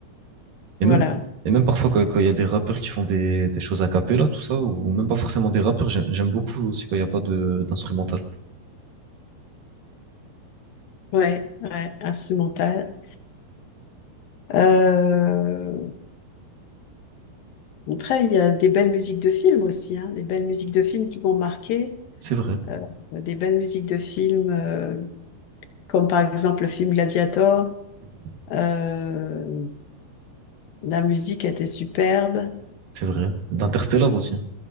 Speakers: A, on the right; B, on the left.
A: Et
B: voilà,
A: même, et même parfois, quand, quand il y a des rappeurs qui font des, des choses a cappella, tout ça, ou même pas forcément des rappeurs, j'ai- j'aime beaucoup aussi quand il n'y a pas de d'instrumental.
B: ouais, ouais, instrumentale. Euh, Après, il y a des belles musiques de films aussi, hein, des belles musiques de films qui m'ont marqué,
A: C'est vrai.
B: euh, des belles musiques de films euh, comme par exemple le film Gladiator.
A: Mhm.
B: euh, la musique était superbe.
A: C'est vrai. D'Interstellar aussi.